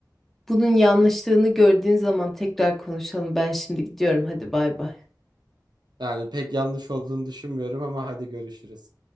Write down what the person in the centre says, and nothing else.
Bunun yanlışlığını gördüğün zaman tekrar konuşalım. Ben şimdi gidiyorum. Hadi bay bay.